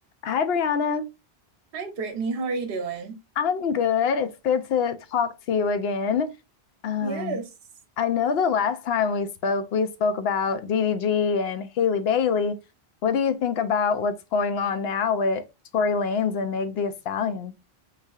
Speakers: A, on the left; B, on the right.
A: Hi, Brianna.
B: Hi, Brittany. How are you doing?
A: I'm good. It's good to talk to you again. Um,
B: Yes.
A: I know the last time we spoke, we spoke about DDG and Haley Bailey. What do you think about what's going on now with Tory Lanez and Meg Thee Stallion?